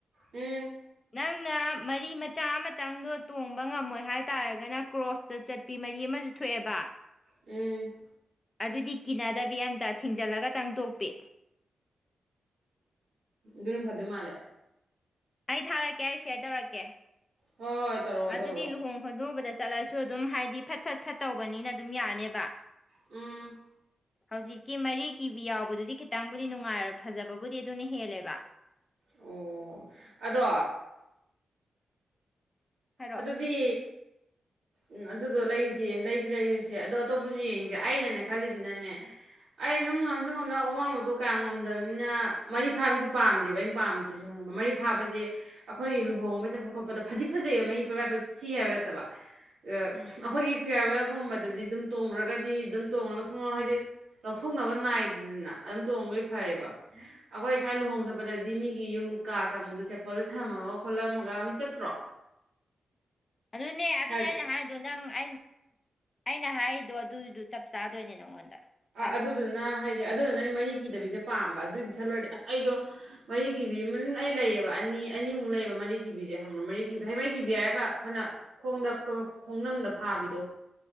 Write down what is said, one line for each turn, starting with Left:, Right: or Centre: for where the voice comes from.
Right: ꯎꯝ
Left: ꯅꯪꯅ ꯃꯔꯤ ꯃꯆꯥ ꯑꯃꯇꯪꯗꯣ ꯇꯣꯡꯕ ꯉꯝꯃꯣꯏ ꯍꯥꯏꯇꯥꯔꯒꯅ ꯀ꯭ꯔꯣꯁꯇ ꯆꯠ ꯄꯤ ꯃꯔꯤ ꯑꯃꯁꯨ ꯊꯣꯛꯑꯦꯕ
Right: ꯎꯝ
Left: ꯑꯗꯨꯗꯤ ꯀꯤꯅꯗꯕꯤ ꯑꯝꯇ ꯊꯤꯡꯖꯜꯂꯒ ꯇꯪ ꯇꯣꯛꯄꯤ
Right: ꯑꯗꯨꯝ ꯅ ꯐꯗꯨꯏ ꯃꯥꯂꯦ
Left: ꯑꯩ ꯊꯥꯔꯛꯀꯦ ꯑꯩ ꯁꯦꯌꯔ ꯇꯧꯔꯛꯀꯦ
Right: ꯍꯣꯏ ꯍꯣꯏ ꯇꯧꯔꯛꯑꯣ
Left: ꯑꯗꯨꯗꯤ
Right: ꯇꯧꯔꯛꯑꯣ
Left: ꯂꯨꯍꯣꯡ ꯈꯣꯟꯗꯣꯡꯕꯗ ꯆꯠꯂꯁꯨ ꯑꯗꯨꯝ ꯍꯥꯏꯗꯤ ꯐꯠ ꯐꯠ ꯐꯠꯇꯧꯕꯅꯤꯅ ꯑꯗꯨꯝ ꯌꯥꯅꯦꯕ
Right: ꯎꯝ
Left: ꯍꯧꯖꯤꯛꯀꯤ ꯃꯔꯤ ꯀꯤꯕꯤ ꯌꯥꯎꯕꯗꯨꯗꯤ ꯈꯤꯇꯪꯕꯨꯗꯤ ꯅꯨꯡꯉꯥꯏꯔꯣꯏ ꯐꯖꯕꯕꯨꯗꯤ ꯑꯗꯨꯅ ꯍꯦꯜꯂꯦꯕ
Right: ꯑꯣ ꯑꯗꯣ
Left: ꯍꯥꯏꯔꯛꯑꯣ
Right: ꯑꯗꯨꯗꯤ ꯎꯝ ꯑꯗꯨꯗꯣ ꯂꯩꯗꯤ ꯂꯩꯗꯤ ꯂꯩꯔꯨꯁꯦ ꯑꯗꯣ ꯑꯇꯣꯞꯄꯁꯨ ꯌꯦꯡꯁꯦ ꯑꯩꯅꯅꯦ ꯈꯜꯂꯤꯁꯤꯅꯅꯦ ꯑꯩ ꯅꯪ ꯉꯝꯁꯨ ꯉꯝꯗꯅ ꯑꯋꯥꯡꯕꯗꯣ ꯀꯌꯥꯝ ꯉꯝꯗꯕꯅꯤꯅ ꯃꯔꯤ ꯐꯥꯕꯤꯁꯨ ꯄꯥꯝꯗꯦꯕ ꯑꯩꯅ ꯄꯥꯝ ꯃꯔꯤ ꯐꯥꯕꯁꯦ ꯑꯩꯈꯣꯏꯒꯤ ꯂꯨꯍꯣꯡꯕ ꯆꯠꯄ ꯈꯣꯠꯄꯗ ꯐꯗꯤ ꯐꯖꯩꯕ ꯃꯍꯤ <unintelligible> ꯊꯤ ꯍꯥꯏꯕ ꯅꯠꯇꯕ ꯑꯩꯈꯣꯏꯒꯤ
Left: ꯎꯝ
Right: ꯐꯤꯌꯥꯔꯋꯦꯜꯒꯨꯝꯕꯗ ꯑꯗꯨꯗꯗꯤ ꯑꯗꯨꯝ ꯇꯣꯡꯈ꯭ꯔꯒꯗꯤ ꯑꯗꯨꯝ ꯇꯣꯡꯉꯒ ꯁꯨꯝ ꯍꯥꯏꯗꯤ ꯂꯧꯊꯣꯛꯅꯕ ꯅꯥꯏꯗꯦꯗꯅ ꯑꯗꯨꯝ ꯇꯣꯡꯉꯈꯩ ꯐꯔꯦꯕ ꯑꯩꯈꯣꯏ ꯏꯁꯥ ꯂꯨꯍꯣꯡ ꯆꯠꯄꯗꯗꯤ ꯃꯤꯒꯤ ꯌꯨꯝ ꯀꯥ ꯆꯪꯕꯗꯣ ꯆꯦꯄꯜꯗꯣ ꯊꯝꯂꯝꯝꯃꯒ ꯈꯣꯠꯂꯝꯃꯒ ꯑꯗꯨꯝ ꯆꯠꯇ꯭ꯔꯣ
Left: ꯑꯗꯨꯅꯦ ꯑꯗꯨꯅꯦ
Right: ꯍꯥꯏꯗꯤ
Left: ꯑꯩꯅ ꯍꯥꯏꯗꯣ ꯅꯪ ꯑꯩ ꯑꯩꯅ ꯍꯥꯏꯔꯤꯗꯣ ꯑꯗꯨꯗꯣ ꯆꯞ ꯆꯥꯗꯣꯏꯅꯦ ꯅꯪꯉꯣꯟꯗ ꯊꯥꯔꯛꯀꯦ
Right: ꯑꯗꯨꯗꯨꯅ ꯍꯥꯏꯗꯤ ꯑꯗꯨꯗꯨꯅ ꯑꯩ ꯃꯔꯤ ꯀꯤꯗꯕꯤꯁꯦ ꯄꯥꯝꯕ ꯑꯗꯨꯒꯤ ꯈꯜꯂꯨꯔꯗꯤ ꯑꯁ ꯑꯩꯁꯨ ꯃꯔꯤ ꯀꯤꯕꯤ ꯑꯃ ꯑꯩ ꯂꯩꯌꯦꯕ ꯑꯅꯤ ꯑꯅꯤꯃꯨꯛ ꯂꯩꯌꯦꯕ ꯃꯔꯤ ꯀꯤꯕꯤꯁꯦ ꯍꯪꯕ꯭ꯔꯣ ꯃꯔꯤ ꯀꯤꯕꯤ ꯍꯩ ꯃꯔꯤ ꯀꯤꯕꯤ ꯍꯥꯏꯔꯒ ꯐꯅ ꯈꯣꯡꯗ ꯈꯣꯡꯅꯝꯗ ꯐꯥꯕꯤꯗꯣ